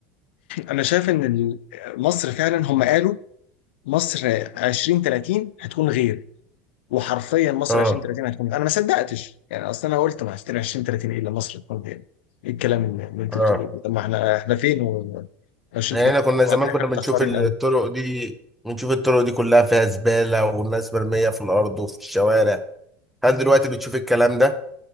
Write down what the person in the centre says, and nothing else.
اه
اه
يعني احنا كنا
زمان
كنا بنشوف
الطرق
دي بنشوف الطرق دي كلها فيها زبالة والناس مرمية في الارض وفي الشوارع هل دلوقتي بتشوف الكلام ده